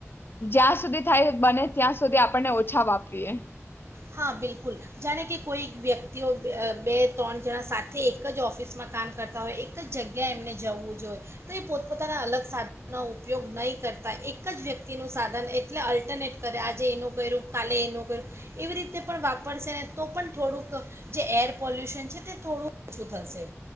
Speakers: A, on the left; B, on the right.
A: જ્યાં થાય બને ત્યાં સુધી આપણને ઓછા વાપ પ્રિયા!
B: હા, બિલકુલ. જાણે કે કોઈ વ્યક્તિઓ બે ત્રણ જણા સાથે એક જ ઓફિસમાં કામ કરતા હોય, એક જ જગ્યાએ એમને જવું જોઈએ તો એ પોતપોતાના અલગ સાધનોનો ઉપયોગ નહીં કરતા એક જ વ્યક્તિનું સાધન એટલે અલ્ટરનેટ કરે આજે એનું કર્યું, કાલે એનું કર્યું. એવી રીતે પણ વાપરશે ને તો પણ થોડુંક જે એર પોલ્યુશન છે તે થોડુંક ઓછું થશે.